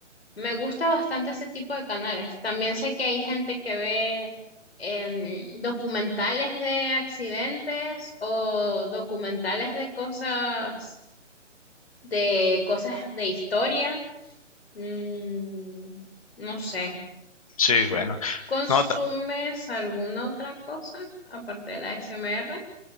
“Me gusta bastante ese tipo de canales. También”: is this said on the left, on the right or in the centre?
Left